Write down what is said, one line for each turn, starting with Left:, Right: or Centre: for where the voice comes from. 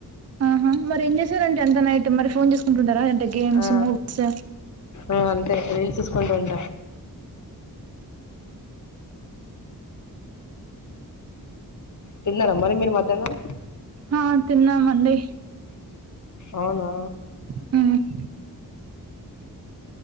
Right: ఆహా మరి ఏం చేశారండి అంత నైటు మరి ఫోన్ చూసుకుంటుంటారా అంటే గేమ్స్
Left: ఆ
Right: మూవీస్
Left: ఆ అంతే రీల్స్ చూసుకుంటూ ఉంటా తిన్నారా మరి మీరు మధ్యాహ్నం
Right: ఆ తిన్నామండి
Left: అవునా
Right: హ్మ్